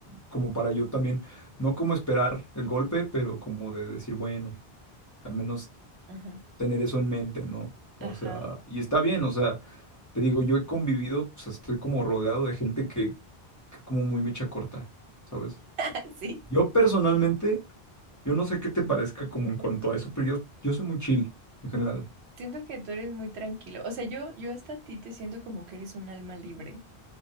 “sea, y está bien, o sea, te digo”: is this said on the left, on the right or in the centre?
Left